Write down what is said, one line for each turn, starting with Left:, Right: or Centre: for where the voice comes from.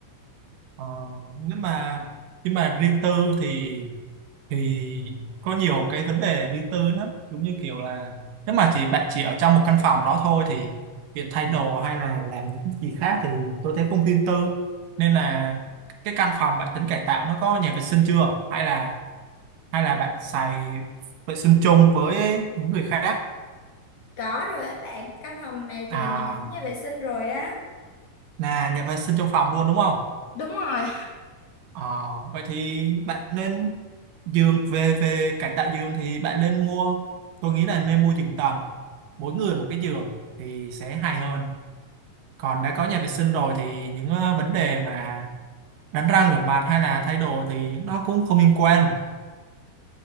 Right: ờ, nhưng mà nhưng mà riêng tư thì thì có nhiều cái vấn đề riêng tư lắm giống như kiểu là nếu mà chỉ bạn chỉ ở trong một căn phòng đó thôi thì việc thay đồ hay là làm những gì khác thì tôi thấy không riêng tư nên là cái căn phòng bạn tính cải tạo nó có nhà vệ sinh chưa hay là hay là bạn xài vệ sinh chung với những người khác
Left: Có rồi á bạn, căn phòng này
Right: à
Left: thì nó có nhà vệ sinh rồi á.
Right: là nhà vệ sinh trong phòng luôn đúng không
Left: Đúng rồi,
Right: Ờ, vậy thì bạn nên giường về về cải tạo giường thì bạn nên mua tôi nghĩ là nên mua giường tầng mỗi người một cái giường thì sẽ hay hơn còn đã có nhà vệ sinh rồi thì những ờ, vấn đề mà đánh răng rửa mặt hay là thay đồ thì nó cũng không liên quan